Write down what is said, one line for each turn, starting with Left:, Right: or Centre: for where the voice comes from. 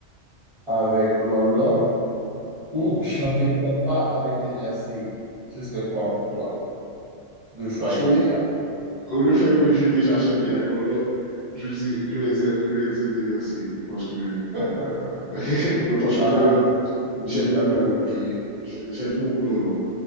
Right: avec Lolo ou
Left: Mhm.
Right: chanter compas avec Dina Série. Ce serait quoi pour toi? Le choix
Left: Parce
Right: idéal.
Left: que le fait que j'ai déjà acheté avec Lolo, je, dis- je vais dire, je vais dire des merci parce que,
Right: <laughs>
Left: <laughs> mais parce
Right: Ah,
Left: que vraiment,
Right: oui,
Left: j'aime
Right: j'avais
Left: beaucoup,
Right: oublié.
Left: je- je- j'aime beaucoup Lolo.